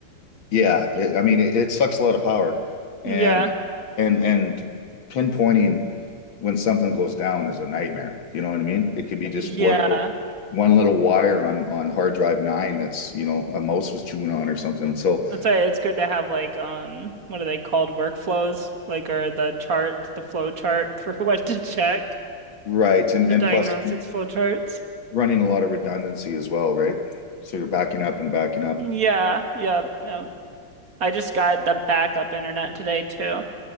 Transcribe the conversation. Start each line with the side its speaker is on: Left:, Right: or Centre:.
Left: Yeah, it, I mean, it, it sucks a lot of power,
Right: Yeah.
Left: and and and pinpointing when something goes down is a nightmare. Do you know what I mean? It could be just
Right: Yeah.
Left: one little one little wire on on hard drive nine that's, you know, a mouse was chewing on or something. So,
Right: That's why it's good to have like um what are they called? Workflows, like or the chart, the flow chart for <laughs> what to check,
Left: right, and
Right: the
Left: and
Right: diagnostics
Left: plus
Right: flow charts.
Left: running a lot of redundancy as well, right? So you're backing up and backing up.
Right: Yeah, yeah, yeah. I just got the backup internet today too